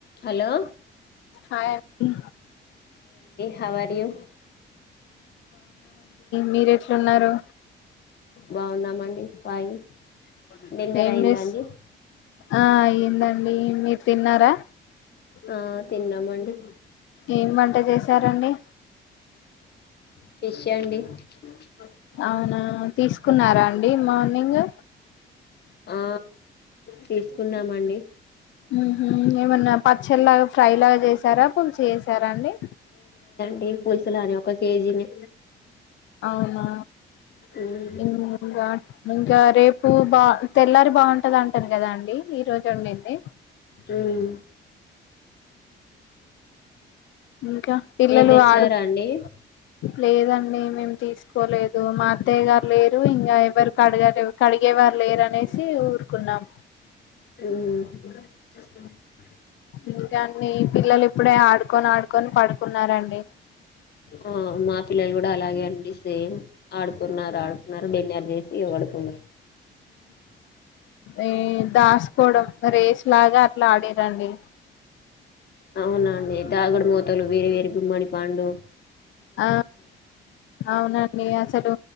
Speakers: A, on the left (about 55°); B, on the left (about 75°).
A: Hello
B: hi అండి
A: how are you?
B: మీరెట్లున్నరు?
A: బాగున్నామండి ఫైన్ డిన్నర్
B: ఏంజేస్
A: అయిందా అండి
B: ఆ అయిందం డి మీరు తిన్నారా?
A: ఆ తిన్నామండి.
B: ఏం వంట చేసారండి?
A: ఫిష్ అండి. <inaudible>
B: అవునా, తీసుకున్నారా అండి మార్నింగ్?
A: ఆ తీసుకున్నామండి.
B: ఉమ్ హు, ఏమన్నా పచ్చళ్లాగా, ఫ్రై లాగా చేసారా పుల్సు చేసారా అండి?
A: డి పులుసులు లానె ఒక కేజీనే.
B: అవునా,
A: ఉమ్
B: ఇమ్ ఇంగా ఇంకా రేపు బా తెల్లారి బావుంట్ ా అంటారు కదా అండి ఈ రోజు ఉండింది
A: ఉమ్
B: ఇంకా పిల్లలు
A: మీరు తెచ్చారా
B: ఆడు
A: అండి
B: లేదండి మేం తీసుకోలేదు మా అత్తయ్య గారు లేరు ఇంకా ఎవరు కడగ కడిగేవారు లేరునే సి ఊరుకున్నాం
A: అ
B: ఇంకా అండి పిల్లలు ఇప్పుడే ఆడు పడుకొని ఆడుకొని పడుకున్నారంండి
A: ఆ మా పిల్లలు కూడా అలాగే అండి సేమ్ ఆడుకున్నారు ఆడుకున్నారు బడెలిర్ చేసి ఆడుకున్నారు
B: ఉ దాసుకోవడం రేస్ లాగా అట్లా ఆడిరండి
A: అవునా అండి దాగుడు మోతలు వేరే వేరే గుమ్మడి పాండు
B: ఆ అవునండి అసలు